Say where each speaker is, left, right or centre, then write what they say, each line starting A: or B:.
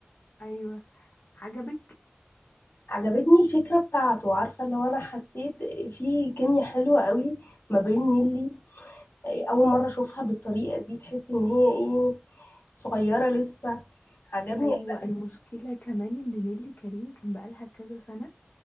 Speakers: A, on the left; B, on the left.
A: ايوه عجبك
B: عجبتني الفكرة بتاعته عارفة اللي هو انا حسيت في كيميا حلوة قوي ما بين نيلي إيه، اول مرة اشوفها بالطريقة دي تحس ان هي ايه صغيرة لسه عجبني
A: ايوه
B: أوي.
A: المشكله كمان ان نيلي كريم كان بقالها كذا سنه